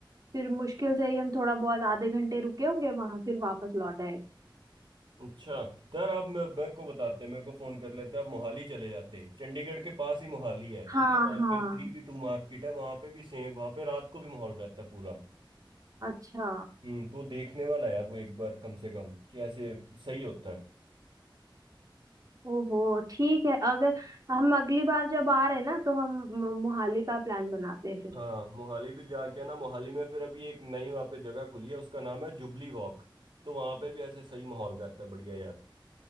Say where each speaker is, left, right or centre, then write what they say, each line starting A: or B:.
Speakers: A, on the right (about 45°); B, on the right (about 65°).
A: फिर मुश्किल से ही हम थोड़ा बहुत आधे घंटे रुके होंगे वहां फिर वापस लौट आए
B: अच्छा यार आप मे- मेरे को बताते मेरे को फोन कर लेते आप मोहाली चले जाते चंडीगढ़ के पास ही मोहाली है ठीक
A: हाँ
B: है वहां
A: हाँ
B: पे थ्री बी टू मार्केट है वहां पे भी सेम वहां पे रात को भी माहौल रहता है पूरा
A: अच्छा
B: हम्म तो देखने वाला है यार वो एक बार कम से कम कि ऐसे सही होता है
A: ओहो ठीक है अगर हम अगली बार जब आ रहे हैं ना तो हम मु- मोहाली का प्लान बनाते हैं फिर
B: हाँ मोहाली भी जाके ना मोहाली में फिर अभी एक नई वहां पे जगह खुली है उसका नाम है जुबली वॉक तो वहां पे भी ऐसे सही माहौल रहता है बढ़िया यार